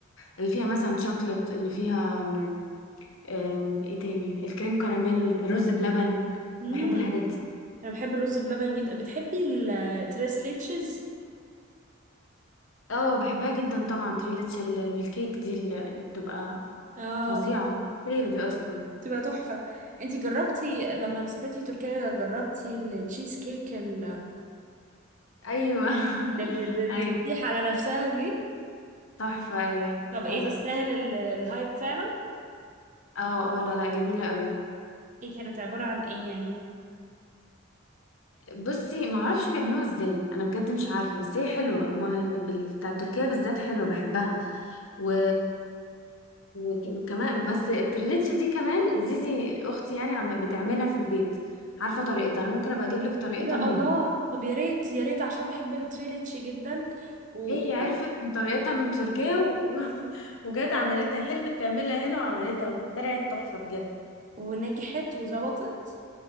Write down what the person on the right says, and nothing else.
امم
انا بحب الرز بلبن جدا بتحبي التريس ليتشز
اه
تبقى تحفه انتي جربتي لما سافرتي تركيا جربتي التشيز كيك ال-
اللي بت-
بتسيح على نفسها دي
طب ايه
تستاهل ال- الهايب فعلا
ايه كانت عباره عن ايه يعني
ايه ده
الله طب يا ريت يا ريت عشان بحب التريليتش جدا و...
ونجحت وظبطت